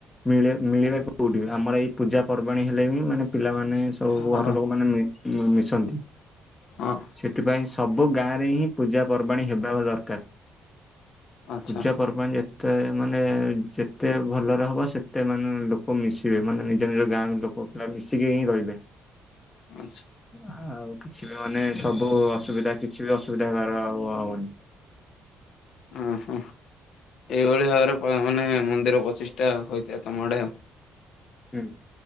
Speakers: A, on the left; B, on the left.
A: ମିଳେ ମିଳିବା କୋଉଠି ଆମର ଏଇ ପୂଜା ପର୍ବାଣୀ ହେଲେ ହିଁ ମାନେ ପିଲାମାନେ।
B: ହଁ।
A: ମାନେ ମୁଁ ମିଶନ୍ତି।
B: ହଁ।
A: ସେଥିପାଇଁ ସବୁ ଗାଁ ରେ ହିଁ ପୂଜା ପର୍ବାଣୀ ହେବା ଦରକାର।
B: ଆଚ୍ଛା
A: ପୂଜଜା ପର୍ବାଣୀ ଯେ‌ ତେ ମାନେ ଯେତେ ଭଲରେ ହବ ସେତେ ମାନେ ଲୋକ ମିଶିବେ ମାନେ ନିଜ ନିଜ ଗାଁର ଲୋକ। ପୁଅ ପିଲା ମିଶିକି ହିଁ ରହିବେ।
B: ଆଚ୍ଛା।
A: ଆଉ କିଛି ବି ମାନେ ସବୁ ଅସୁବିଧା କିଛି ବି ଅସୁବିଧା ହେବାର ଆଉ ହବନି।
B: ଅଁ ହଁ ଏଇଭଳି ଭାବରେ ମାନେ ମନ୍ଦିର ପଚିଷ୍ଟା ଟା ହୋଇଥାଏ ତମ ଆଡେ ଆଉ।
A: ହୁଁ